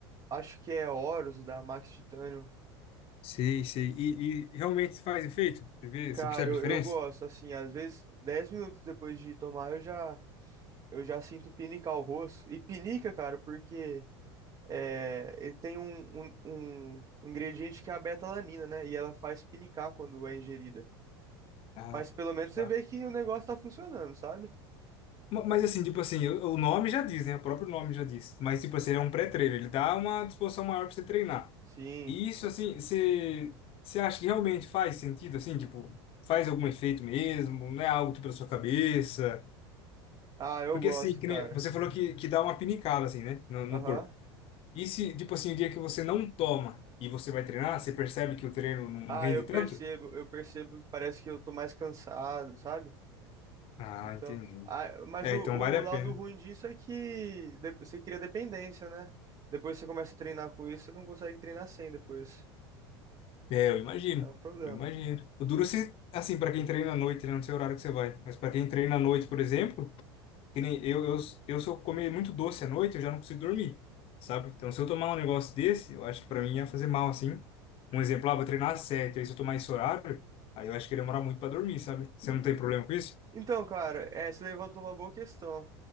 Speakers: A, on the right; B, on the left.
A: acho que é Horus da Max Titânio.
B: Sei, sei. E, e realmente faz efeito? Você vê,
A: Cara,
B: você percebe
A: eu,
B: a diferença?
A: eu gosto, assim, às vezes 10 minutos depois de tomar eu já eu já sinto pinicar o rosto. E pinica, cara, porque é, ele tem um, um, um ingrediente que é a beta-alanina, né? E ela faz pinicar quando é ingerida.
B: Ah,
A: Mas pelo menos você
B: tá.
A: vê que o negócio tá funcionando, sabe?
B: Ma- Mas assim, tipo assim, o o nome já diz, né? O próprio nome já diz. Mas, tipo assim, ele é um pré-treino, ele dá uma disposição maior pra você treinar.
A: Sim.
B: E isso, assim, você, você acha que realmente faz sentido, assim, tipo, faz algum efeito mesmo? Não é algo tipo da sua cabeça?
A: Ah, eu
B: Porque,
A: gosto,
B: assim, que
A: cara.
B: nem- você falou que, que dá uma pinicada, assim, né? No, no
A: Aham.
B: corpo. E se, tipo assim, o dia que você não toma e você vai treinar, você percebe que o treino não
A: Ah,
B: não rende
A: eu
B: tanto?
A: percebo, eu percebo que parece que eu tô mais cansado, sabe?
B: Ah,
A: Então.
B: entendi.
A: Ah, mas
B: É,
A: o,
B: então
A: o
B: vale a
A: lado
B: pena.
A: ruim disso é que de- você cria dependência, né? Depois você começa a treinar com isso, você não consegue treinar sem depois.
B: É, eu imagino.
A: É um problema.
B: Eu imagino. O duro se, assim, para quem treina à noite, né? Não sei o horário que você vai. Mas para quem treina à noite, por exemplo, que nem eu, eu, eu, se eu comer muito doce à noite, eu já não consigo dormir, sabe? Então, se eu tomar um negócio desse, eu acho que para mim ia fazer mal, assim. Um exemplo, ah, vou treinar às sete, aí se eu tomar esse horário, aí eu acho que ia demorar muito para dormir, sabe? Você não tem problema com isso?
A: Então, cara, é, você levantou uma boa questão.